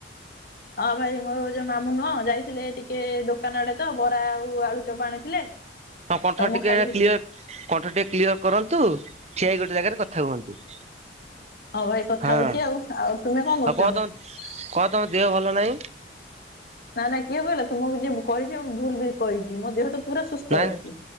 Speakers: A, on the left (about 50°); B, on the right (about 35°).
A: ହଁ ଭାଇ ମୋର ଯୋଉ ମାମୁ ନୁହଁ ଯାଇଥିଲେ ଟିକେ ଦୋକାନ ଆଡେ ତ ବରା ଆଉ ଆଳୁ ଚପ ଆଣିଥିଲେ।
B: ହଁ କଣ୍ଠ
A: ତ ମୁଁ
B: ଟିକେ
A: ଖାଇଥିଲି
B: କ୍ଲିୟର କଣ୍ଠ ଟିକେ କ୍ଲିୟର କରନ୍ତୁ ଠିଆ ହେଇକି ଗୋଟେ ଜାଗାରେ କଥା ହୁଅନ୍ତୁ।
A: ଆଉ ଭାଇ କଥା
B: ହଁ
A: ହଉଛି ଆଉ। ଆଉ ତୁମେ କଣ କରୁଛ?
B: ଆଉ ତମ କଣ ତମ ଦେହ ଭଲ ନାହିଁ?
A: ନାଇଁ ନାଁଇ କିଏ କହିଲା ତୁମକୁ ଯିଏ କହିଛି ମୁଁ ଭୁଲ କହିଛି ମୋ ଦେହ ତ ପୁରା ସୁସ୍ଥ
B: ନାଇଁ
A: ଅଛି।